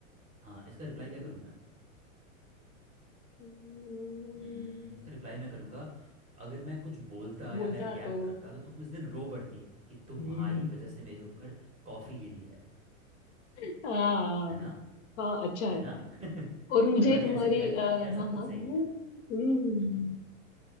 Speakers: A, on the right (about 15°); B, on the left (about 55°).
A: हाँ इसका
B: हम्म,
A: रिप्लाई क्या करूँ मैं
B: हम्म,
A: हम्म, इसका रिप्लाई मैं करूँगा अगर मैं कुछ बोलता
B: बोलता
A: या मैं रिएक्ट
B: तो
A: करता तो तुम उस दिन रो पड़ती कि तुम्हारी
B: हम्म
A: वजह से मेरे ऊपर कॉफ़ी गिरी है
B: हाँ
A: है ना
B: हाँ अच्छा है
A: है ना <laughs>
B: और मुझे
A: तो मैंने
B: तुम्हारी
A: ऐसे रिएक्ट
B: आ,
A: किया कि
B: हाँ
A: यार सब कुछ
B: हाँ हाँ हम्म
A: सही है हम्म